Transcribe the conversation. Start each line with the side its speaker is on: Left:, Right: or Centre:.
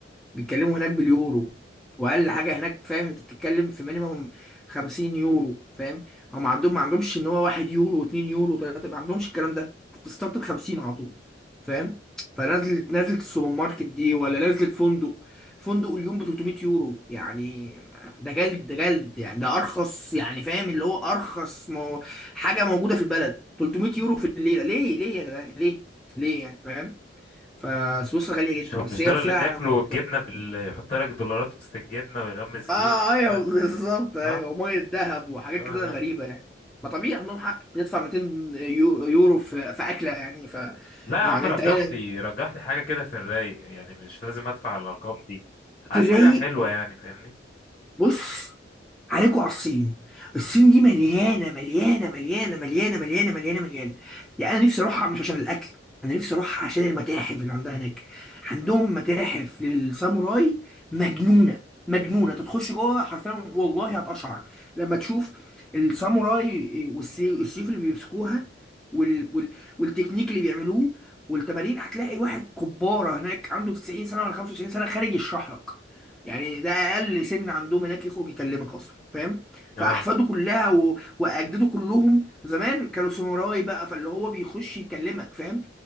Centre: بيتكلموا هناك باليورو واقل حاجه هناك فاهم انت بتتكلم في مينيمم 50 يورو فاهم هم عندهم ما عندهمش ان هو 1 يورو و2 يورو و3 ما عندهمش الكلام ده انت بتستارت ب 50 على طول فاهم فنزلت نزلت السوبر ماركت دي ولا نزلت فندق فندق اليوم ب 300 يورو يعني ده جلد ده جلد يعني ده ارخص يعني فاهم اللي هو ارخص مو حاجه موجوده في البلد 300 يورو في الليله ليه ليه يا جدع ليه ليه يعني فاهم فسويسرا غاليه
Left: مش
Centre: جدا
Left: مش
Centre: بس
Left: دول
Centre: هي
Left: اللي
Centre: فعلا
Left: بياكلوا الجبنه بال... يحط لك دولارات وسط الجبنه ويغمس
Centre: اه
Left: بيها
Centre: ايوه
Left: لا
Centre: بالظبط ايوه
Left: لا
Centre: وميه دهب وحاجات
Left: آه. آه.
Centre: كده غريبه يعني ما طبيعي عندهم حق بتدفع 200 يو- يورو في في اكله يعني ف
Left: لا يا عم
Centre: يعني
Left: رجح
Centre: انت هنا
Left: لي رجح لي حاجه كده في الرايق يعني مش لازم ادفع الارقام دي عايز
Centre: في الرايق
Left: حاجه حلوه يعني فاهمني
Centre: بص عليكوا على الصين الصين دي مليانه مليانه مليانه مليانه مليانه مليانه مليانه يعني انا نفسي اروحها مش عشان الاكل انا نفسي اروحها عشان المتاحف اللي عندها هناك عندهم متاحف للساموراي مجنونه مجنونه تخش جوه حرفيا والله هتقشعر لما تشوف الساموراي والسي- والسيوف اللي بيمسكوها وال... وال... والتكنيك اللي بيعملوه والتمارين هتلاقي واحد كباره هناك عنده 90 سنه ولا 95 سنه خارج يشرح لك يعني ده اقل سن عندهم هناك يخرج يكلمك اصلا فاهم
Left: اه
Centre: فاحفاده كلها و... واجداده كلهم زمان كانوا ساموراي بقى فاللي هو بيخش يكلمك فاهم